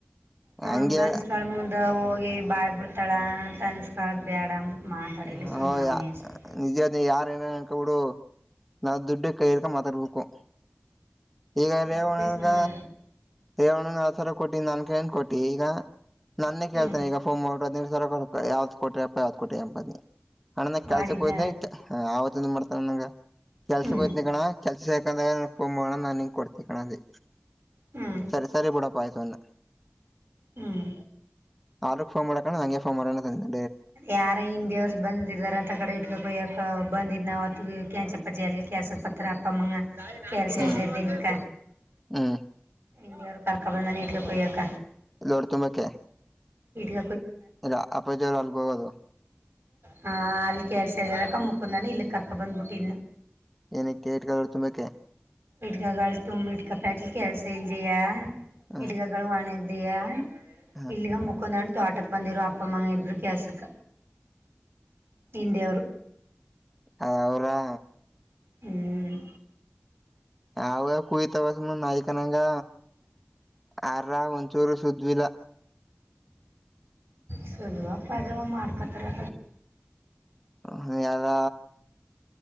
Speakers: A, on the right; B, in the centre.
A: ನೋಡು
B: ಹಂಗೆ
A: ಗಂಡಸ್ಕಳ ಮುಂದ ಹೋಗಿ ಬಾಯ್ ಬಿಡ್ತಾಳ ತನ್ಸ್ಕಳದ್ ಬೇಡ ಮಾತಾಡಿಲ್ಲ
B: ಹ
A: ಸುಮ್ನೆ
B: ಯ
A: ಅವನೇ ಅಷ್ಟೆ
B: ನಿಜಾದ ಯಾರ ಏನ ಅನ್ಕಬಿಡು ನಾವು ದುಡ್ಡ ಕೈ ಇರ್ಕ ಮಾತಾಡ್ಬೇಕು ಈಗ ರೇವಣಗ
A: ಅದಕ್ಕೆ ಸುಮ್ಮನೆ
B: ದೇವಣ್ಣನ್ ನಾವ್ ತರ ಕೊಟ್ಟಿ ನನ್ ಕೇಳನ್ ಕೊಟ್ಟಿ ಈಗ ನನ್ನೇ ಕೇಳ್ತಾನೆ
A: ಹ್ಞೂ
B: ಈಗ ಫೋನ್ ಮಾಡಿರು ಅದ ರ ಯಾವ್ದತ್ ಕೊಟಿ ಅಪ್ಪ ಯಾವ್ದ ಕ ಕೊಟಿ ಎಪನಿ ಅಣ್ಣ ನ
A: ಮಾಡಿದ್ನ
B: ಕೆಲ್ಸಕ್ ಹೋಯ್ನ ಆವತ್ತಂದ ಮಾಡ್ತಾನ ನಂಗ ಕೆಲ್ಸಕ್ೋಯ್ತನ
A: ಹ್ಞೂ
B: ಕಣ್ಣ ಕೆಲ್ಸ ಸಕಂದ್ರ ಸೋಮವಾರ ನಾನು ನಿ ಕೊಡ್ತೀ ಕಣಿ
A: ಹ್ಞೂ
B: ಸರಿ ಸರಿ ಬಿಡ ಪಾಯಸನ್ನೆ
A: ಹ್ಮ್
B: ಆ್ರ ೋನ್ ಮಾಡಕಣ ಹ ಹಾಗೆ ಫೋನು ಮಾಡಣ ಅೆ
A: ಯಾರ ಹಿಂದಿ ಅವರು ಬಂದಾರ ಅಂತ ಕಡೆ ಇಟ್ಕಕ್ ಹಯ್ಯಕ ಬಂದಿದ್ದು ನಾವು ಆತ್ತುಿಗೆ ಕ್ಯಾಂಚಪ್ಪ ಜೆಲ್ಲಿ ಕೆ್ಯಾ ಸ್ವಲ್ ಪತ್ರ ಅಪ್ಪಮಗ ಪೇಲ್ಸೇಲ್
B: ಹ್ಮ್
A: ಜರುದ ನಿಕ
B: ಹ್ಮ್
A: ಇ ಅವರು ಕರಕ ಬಂದ ನೀಟ್ಟಿಗೆ ಕುಯಕ
B: ಲೋಡ್ ತುಂಬಾಕ್ಕೆ
A: ಇಟ್ಗ
B: ಲ್ಲ ಅಪ್ಪಾಜಿಅಲ್ಗೋಗದು
A: ಹಾ ಅಲ್ಲಿ ಕೆಲ್ಸ ಇದಕ ಮುಕಂದಾನ ಇಲ್ಲಿ ಕರ್ಕ ಬಂದ್ಬಿಟ್ಟ ಇ
B: ಏನಕ್ಕೆ ಇಟ್ಗಲ್ರು ತುಂಬಾೇಕೆ
A: ಇಟ್ಕಗಳು ತುಂಬ ಇಟ್ಕಪ್ಯಾಟ್ಲಿ ಕೆಲ್ಸ ಇಲ್ದಿಯ
B: ಹ
A: ಹಿಟ್ಗಗಳು ಒಣಗದಯ
B: ಹ
A: ಇಲ್ಲಿಗ ಮುಕಂದಾಂಡ ತೋಟಕ್ಕೆ ಬಂದಿರು ಅಪ್ಪಮ್ಮಂಗ ಇಬ್ರು ಕ್ಯಾಾಸಕ ಇಂಡಿಯವರು
B: ಹ ಅವರಾ
A: ಹ್ಮ್
B: ಅವರು ಕುಯ್ತಾಳ ಕಣ್ ನಾಯಿ ಕನ್ನಡ ಆರ ಒಂಚೂರು ಸದ್ವಿಲ್ಲ
A: ಸಿದ್ವಪತ್ವ ಮಾಡ್ಕೋತೇತಕ
B: ಹ ಎಲ್ಲ